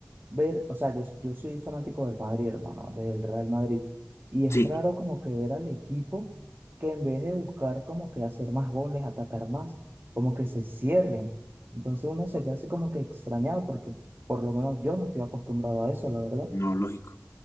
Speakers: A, on the right; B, on the left.
A: ver, o sea, yo, yo soy fanático del Madrid, hermano, del Real Madrid. Y es
B: Sí.
A: raro como que ver al equipo que en vez de buscar como que hacer más goles, atacar más, como que se cierren. Entonces uno se ve así como que extrañado porque por lo menos yo no estoy acostumbrado a eso, la verdad.
B: No, lógico.